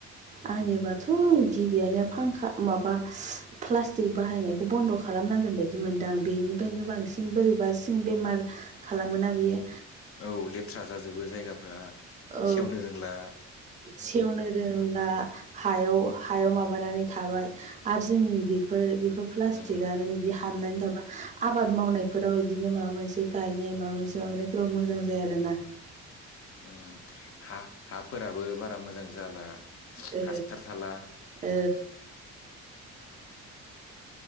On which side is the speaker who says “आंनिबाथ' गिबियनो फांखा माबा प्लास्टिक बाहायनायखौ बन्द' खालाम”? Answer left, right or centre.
Right